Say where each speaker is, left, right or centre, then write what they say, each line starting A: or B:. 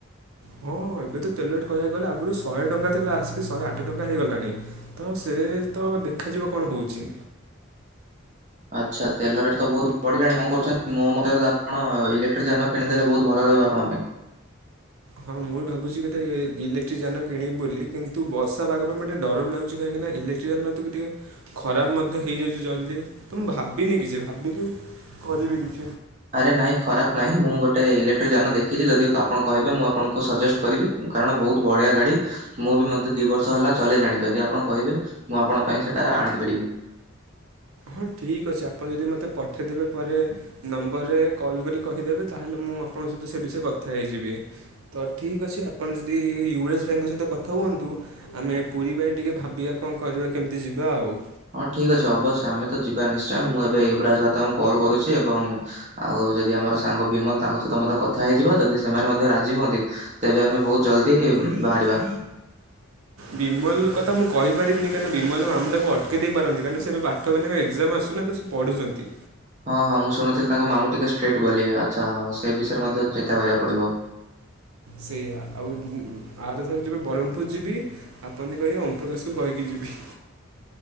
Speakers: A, on the right (about 80°); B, on the right (about 35°).
A: ହଁ ଏବେ ତ ତେଲ ରେଟ୍ କହିବାକୁ ଗଲେ ଆଗରୁ ଶହେ ଟଙ୍କା ଥିଲା ଆସିକି ଶହେ ଆଠ ଟଙ୍କା ହେଇଗଲାଣି। ତ ସେ ତ ଦେଖାଯିବ କଣ କହୁଚି
B: ଆଚ୍ଛା ତେଲ ରେଟ୍ ତ ବହୁତ ବଢିଲାଣି କଣ କରୁଛନ୍ତି? ମୋ ମତରେ ତ ଆପଣ ଇଲେକ୍ଟ୍ରିକ ଯାନ କିଣିଦେଲେ ବହୁତ ଭଲ ରହିବ ଆପଣ ପାଇଁ।
A: ହଁ ମୁଁ ବି ଭାବୁଛି ଗୋଟେ ଇଲେକ୍ଟ୍ରି ଯାନ କିଣିବି ବୋଲି କିନ୍ତୁ ବଷା ପାଗ ପାଇଁ ମୋତେ ଟିକେ ଡର ବି ଲାଗୁଛି କାହିଁକିନା ଇଲେ ତକୁ ଟିକେ ଖରାପ ମଧ୍ୟ ହେଇଯାଉଛି ଜଲ୍ଦି ତ ମୁଁ ଭାବିନି କିଛି ଭାବିକି କରିବି କି
B: ଆରେ ନାଇଁ ଖରାପ ନାହିଁ ମୁଁ ଗୋଟେ ଇଲେକ୍ଟ୍ରିକ ଯାନ ଦେଖିଛି ଯଦି ଆପଣ କହିବେ ମୁଁ ଆପଣଙ୍କୁ ସଜେଷ୍ଟ କରିବି କାରଣ ବହୁତ ବଢିଆ ଗାଡି ମୁଁ ବି ମଧ୍ୟ ଦି ବର୍ଷ ହେଲା ଚଲେଇଲାଣି ଯଦି ଆପଣ କହିବେ ମୁଁ ଆପଣଙ୍କ ପାଇଁ ସେଇଟା ଆଣି ପାରିବି।
A: ହଁ ଠିକ୍ ଅଛି ଆପଣ ଯଦି ମୋତେ ପଠେଇଦେବେ ପରେ ନମ୍ବରରେ କଲ୍ କରି କହିଦେବେ ତାହେଲେ ମୁଁ ଆପଣଙ୍କ ସହିତ ସେ ବିଷୟରେ କଥା ହେଇଯିବି। ତ ଠିକ୍ ଅଛି ଆପଣ ଯଦି ୟୁସ୍ ଭାଇଙ୍କ ସହିତ କଥା ହୁଅନ୍ତୁ। ଆମେ ପୁରୀ ପାଇଁ ଟିକେ ଭାବିବା କଣ କରିବା କେମିତି ଯିବା ଆଉ।
B: ହଁ ଠିକ୍ ଅଛି ଅବଶ୍ୟ ଆମେ ତ ଯିବା ନିଶ୍ଚୟ ମୁଁ ଏବେ ୟୁବରାଜ ଭ୍ରାତାଙ୍କୁ କଲ୍ କରୁଛି ଏବଂ ଆଉ ଯଦି ଆମର ସାଙ୍ଗ ବିମଲ ତାଙ୍କ ସହିତ ମଧ୍ୟ କଥା ହେଇଯିବା ଯଦି ସେମାନେ ମଧ୍ୟ ରାଜି ହୁଅନ୍ତି ତେବେ ଆମେ ବହୁତ ଜଲଦି ବାହାରିବା।
A: ବିମଲ କଥା ମୁଁ କହିପାରିବିନି କାହିଁ ବିମଲତ ମାମୁ ତାକୁ ଅଟକ ଦେଇ ପାରନ୍ତି କାରଣ ସେଏବେ ବାଟ ମାନଙ୍କ ଏକଜାମ ଆସୁଚିନା ତ ପଢୁଛନ୍ତି।
B: ହଁ ହଁ ମୁଁ ଶୁଣୁଥିଲି ତାଙ୍କ ମାମୁଁ ଟିକେ ଷ୍ଟ୍ରିକ୍ଟ ବୋଲି ଆଚ୍ଛା ହଁ ସେ ବିଷୟରେ ମଧ୍ୟ ଚିନ୍ତା କରିବାକୁ ପଡିବ।
A: ସେଇଆ ଆଉ ଆ ତ ର ଯିବେ ବ୍ରହ୍ମପୁର ଯିବି ଆପଣ ଯଦି କହିବେ ଓମ ପ୍ରକାଶ କୁ କହିକି ଯିବି।